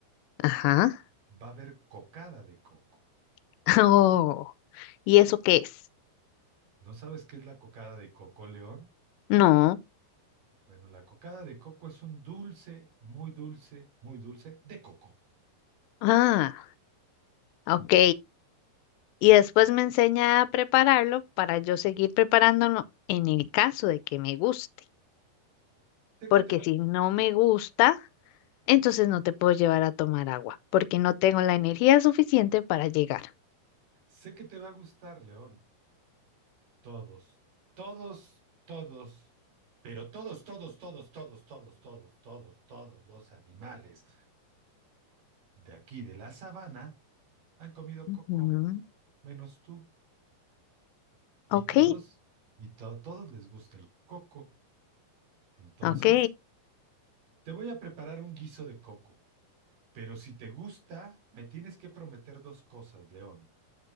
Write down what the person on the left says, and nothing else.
Ajá.
<laughs> Oh, ¿y eso qué es?
No.
Ah, ok. y después me enseña a prepararlo para yo seguir preparándolo en el caso de que me guste,
porque
si no me gusta, entonces no te puedo llevar a tomar agua, porque no tengo la energía suficiente para llegar.
Ujú.
Ok,
ok,